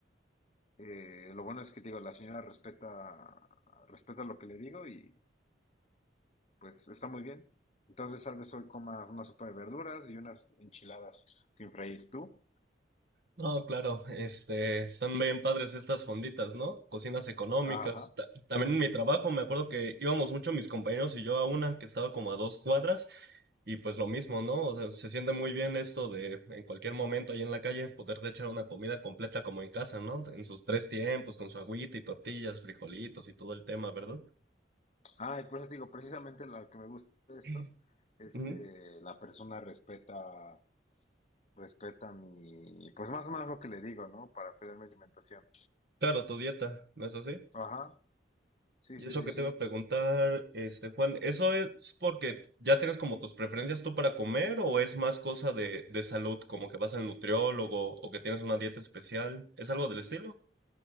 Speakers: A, on the left; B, on the right.
A: Eh, lo bueno es que digo, la señora respeta, respeta lo que le digo y pues está muy bien. Entonces tal vez hoy coma una sopa de verduras y unas enchiladas sin freír. ¿Tú?
B: No, claro, este, están bien padres estas fonditas, ¿no? Cocinas económicas.
A: Ajá.
B: Ta- también en mi trabajo me acuerdo que íbamos mucho mis compañeros y yo a una que estaba como a dos cuadras y pues lo mismo, ¿no? O sea, se siente muy bien esto de en cualquier momento ahí en la calle poderte echar una comida completa como en casa, ¿no? En sus tres tiempos, con su agüita y tortillas, frijolitos y todo el tema, ¿verdad?
A: Ah, y por eso te digo, precisamente lo que me gusta de esto
B: Sí.
A: es
B: Ujú.
A: que la persona respeta, respeta mi, pues más o menos lo que le digo, ¿no? Para cuidar mi alimentación.
B: Claro, tu dieta, ¿no es así?
A: Ajá. Sí,
B: Y
A: sí,
B: eso
A: sí,
B: que te
A: sí.
B: iba a preguntar, este Juan, ¿eso es porque ya tienes como tus preferencias tú para comer o es más cosa de, de salud, como que vas al nutriólogo o que tienes una dieta especial? ¿Es algo del estilo?